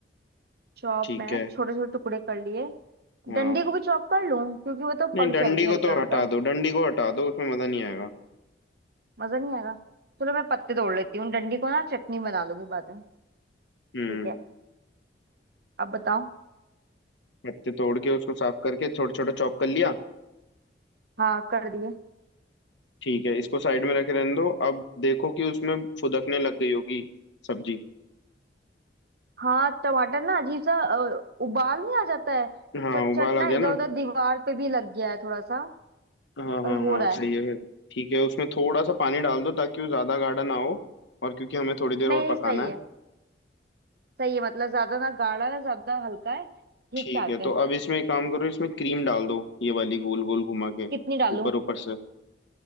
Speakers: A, on the right; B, on the left.
A: चॉप
B: ठीक
A: मैंने
B: है
A: छोटे छोटे टुकड़े कर लिए
B: हाँ
A: डंडी को भी चॉप कर लूं क्योंकि वो तो
B: नहीं
A: पक
B: डंडी
A: जाएगी हल्का
B: को तो
A: हल्का
B: हटा दो डंडी को हटा दो उसमें मजा नहीं आएगा
A: मजा नहीं आएगा चलो मैं पत्ते तोड़ लेती हूँ डंडी को ना चटनी बना लूंगी बाद में
B: हम्म
A: ठीक है अब बताओ
B: पत्ते तोड़ के उसको साफ करके छोटा छोटा चॉप कर लिया
A: हाँ कर दिए
B: ठीक है इसको साइड में रखे रहने दो अब देखो कि उसमें फुदकने लग गई होगी सब्जी
A: हाँ टमाटर ना अजीब सा अ, उबाल नहीं आ जाता है
B: हाँ
A: चट
B: उबाल
A: चट
B: आ
A: ना
B: गया
A: इधर
B: ना
A: उधर दीवार पे भी लग गया है थोड़ा सा
B: हाँ
A: पर
B: हाँ हाँ
A: हो रहा
B: सही
A: है
B: है ठीक है उसमें थोड़ा सा पानी डाल दो ताकि वो ज़्यादा गाढ़ा ना हो और क्योंकि हमें थोड़ी देर
A: नहीं
B: और
A: नहीं
B: पकाना
A: सही
B: है
A: है सही है मतलब ज्यादा ना गाढ़ा है ज्यादा हल्का है ठीक
B: ठीक
A: ठाक
B: है तो
A: है
B: अब इसमें एक काम करो इसमें क्रीम डाल दो ये वाली गोल गोल घुमा के
A: कितनी डालूं
B: ऊपर ऊपर से आ,